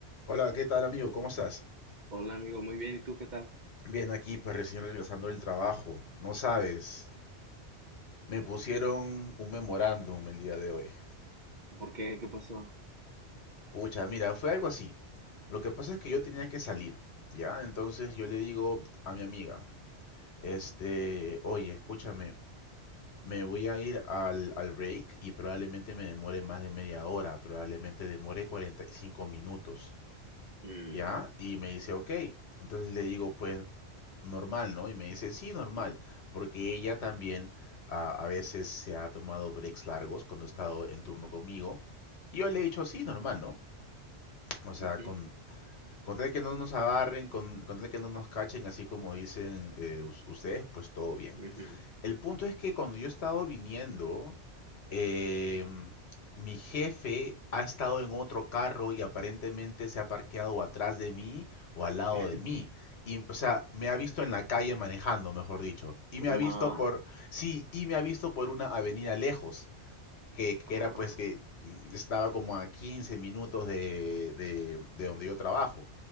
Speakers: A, on the left (about 65°); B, on the right (about 45°).
A: Hola, ¿qué tal amigo? ¿Cómo estás?
B: Hola amigo, muy bien, ¿y tú qué tal?
A: Bien, aquí pues recién regresando del trabajo. No sabes, me pusieron un memorándum el día de hoy.
B: ¿Por qué? ¿Qué pasó?
A: Pucha, mira, fue algo así. Lo que pasa es que yo tenía que salir, ¿ya? Entonces yo le digo a mi amiga, este, oye, escúchame, me voy a ir al, al break y probablemente me demore más de media hora, probablemente demore 45 minutos,
B: Mm,
A: ¿ya? Y me dice, ok. Entonces le digo, pues normal, ¿no? Y me dice, sí, normal, porque ella también ah, a veces se ha tomado breaks largos cuando ha estado en turno conmigo. Y yo le he dicho, sí, normal, ¿no? O sea,
B: ujú,
A: con, con tal de que no nos agarren, con, con tal de que no nos cachen, así como dicen eh, us- ustedes, pues todo bien.
B: ujú.
A: El punto es que cuando yo he estado viniendo, eh, mi jefe ha estado en otro carro y aparentemente se ha parqueado o atrás de mí o al lado
B: <laughs>
A: de mí. Y, o sea, me ha visto en la calle manejando, mejor dicho. Y me
B: No,
A: ha visto por, sí, y me ha visto por una avenida lejos que, que
B: ah,
A: era pues que mm, estaba como a 15 minutos de, de, de donde yo trabajo.